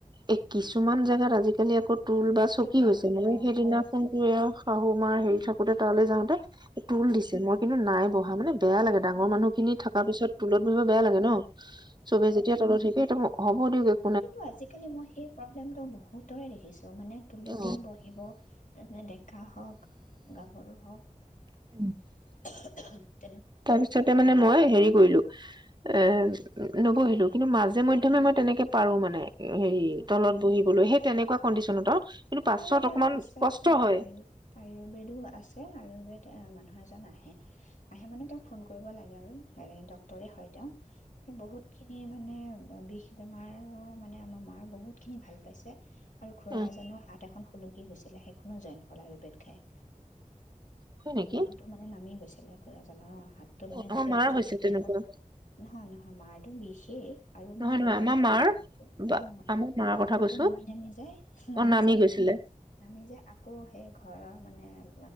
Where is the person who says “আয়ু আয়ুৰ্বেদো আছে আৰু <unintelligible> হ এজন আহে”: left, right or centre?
Left